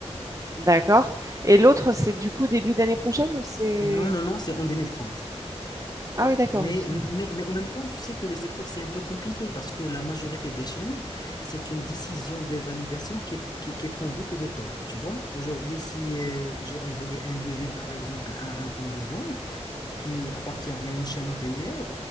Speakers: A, on the right (about 30°); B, on the left (about 35°).
A: D'accord et l'autre, c'est du coup début d'année prochaine ou c'est
B: Non, non, non, c'est en 2030.
A: ah oui d'accord,
B: Mais,
A: mais c'est
B: mais, mais en même temps, tu sais que le secteur, c'est un peu compliqué parce que la majorité des chaînes, c'est une décision de validation qui, qui, qui prend beaucoup de temps. Tu vois, aujourd'hui, si euh, j'ai envoyé un devis, par exemple, à un point de vente qui appartient à une chaîne hôtelière,